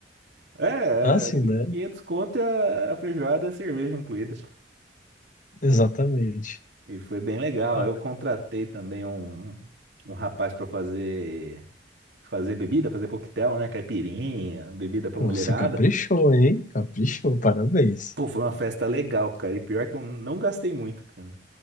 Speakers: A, on the right (about 75°); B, on the left (about 45°).
A: É,
B: Ah, sim,
A: é, qui-
B: né?
A: 500 conto e a a feijoada e a cerveja incluída.
B: Exatamente.
A: E foi bem legal.
B: Ah,
A: Eu contratei também um, um rapaz para fazer fazer bebida, fazer coquetel, né? Caipirinha, bebida pra
B: pô,
A: mulherada.
B: você caprichou, hein? Caprichou, parabéns.
A: Pô, foi uma festa legal, cara. E pior que eu não gastei muito, cara.